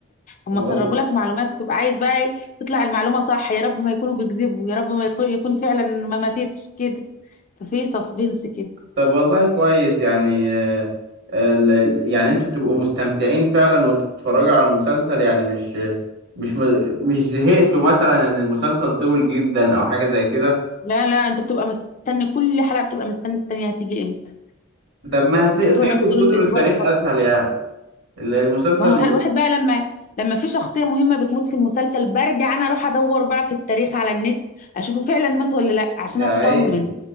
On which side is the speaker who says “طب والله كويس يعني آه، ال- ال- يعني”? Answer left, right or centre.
Right